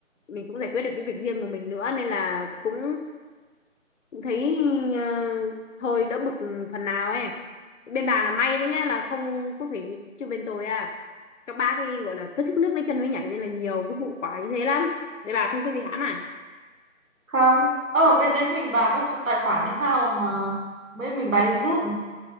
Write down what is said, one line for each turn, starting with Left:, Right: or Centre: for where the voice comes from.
Left: mình cũng giải quyết được cái việc riêng của mình nữa nên là cũng thấy ờ, thôi đỡ bực phần nào ấy bên bà là may đấy nhá là không có phải chứ bên tôi à các bác ấy gọi là cứ thích nước lấy chân mới nhảy nên là nhiều cái vụ quả như thế lắm để bà không có gì hãm à
Right: không ở bên đấy mình bà có số tài khoản hay sao mà, mà mấy mình bà đi rút